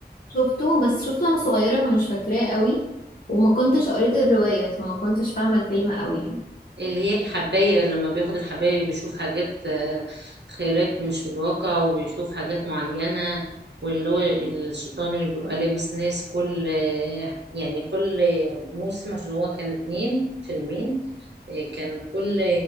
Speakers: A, on the left; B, on the right.
A: شفته بس شفته وانا صغيرة فمش فاكراه قوي وما كنتش قريت الرواية فما كنتش فاهمة الفيلم قوي يعني
B: اللي هي الحباية لما بياخد الحباية بيشوف حاجات آه، خيالات مش في الواقع وبيشوف حاجات معينة واللي هو الشيطان اللي بيبقى لابس ناس كل آه، يعني كل موسم عشان هو كان اتنين فيلمين آه، كان كل